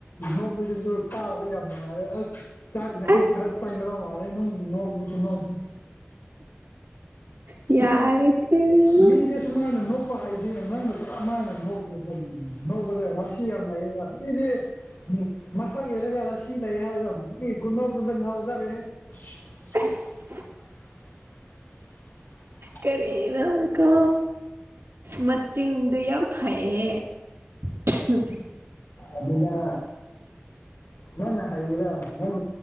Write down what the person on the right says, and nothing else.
ꯑꯁ
ꯌꯥꯔꯦ
ꯀꯔꯤꯅꯣ
ꯑꯁ ꯀꯔꯤꯅꯣꯀꯣ ꯃꯆꯤꯟꯗꯨ ꯌꯥꯝ ꯐꯩꯌꯦ <unintelligible>